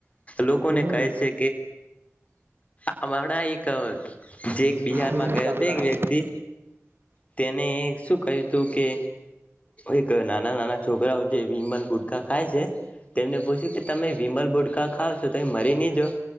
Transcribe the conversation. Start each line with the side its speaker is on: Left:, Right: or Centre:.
Left: લોકોને
Right: હમ
Left: કહે છે, કેણા એક જે એક બિહાર
Right: બિઝનેસ
Left: માં ગયો
Right: ચાલુ
Left: હતો
Right: રાખજો
Left: એક વ્યક્તિ તેને શું કહ્યું તું કે એક નાના નાના છોકરાઓ જે વિમલ બુટકા ખાય છે તેમને પૂછ્યું કે તમે વિમલ બુટકા ખાવ છો તો મરી નહી જો